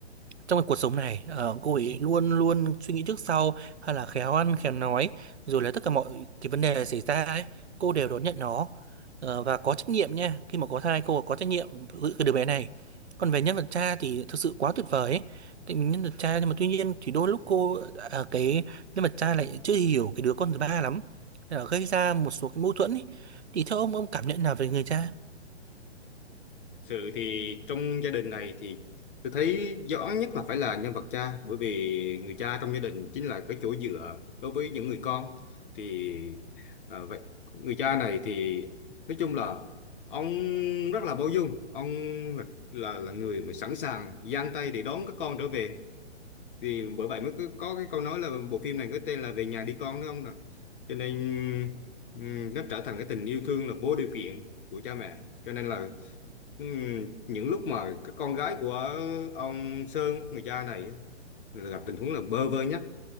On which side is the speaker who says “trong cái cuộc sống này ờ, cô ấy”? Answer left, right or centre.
Right